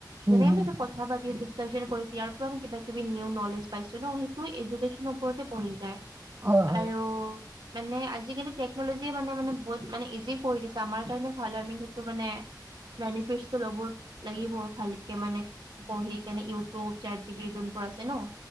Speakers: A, on the right; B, on the right.
A: হুম
B: যেনেকৈ
A: হুম
B: আমি এতিয়া কথা পাতি ডিছকাশ্যন কৰিছ ইয়াৰ পৰা আমি কিবা কিবি নিউ নলেজ পাইছো ন' সেইটো এডু- কেচনৰ ওপৰতে প়ৰি যায়।
A: হয় হয়
B: আৰু মানে আজিকালি টেকন'লজিয়ে মানে মানে বহুত মানে ইজি কৰি দিছে, আমাৰ কাৰণে ভাল হয়। আমি তো কাৰণে বেনিফিটটো ল'ব লাগিব ভালকে মানে- বঢ়ি কেনে ইউটিউব, চাট জিবিডি যোনবোৰ আছে ন'।